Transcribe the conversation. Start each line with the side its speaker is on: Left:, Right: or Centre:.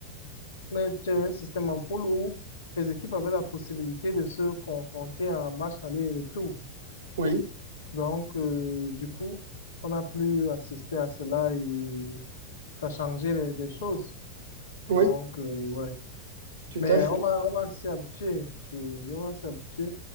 Left: mais c'était un système en poule où les équipes avaient la possibilité de se confronter en match aller et retour.
Right: Oui,
Left: Donc, euh, du coup, on n'a plus assisté à cela et ça a changé les, les choses.
Right: oui,
Left: Donc, euh, ouais.
Right: tout
Left: Mais
Right: à fait.
Left: on va, on va s'y habituer. Je- on va s'y habituer.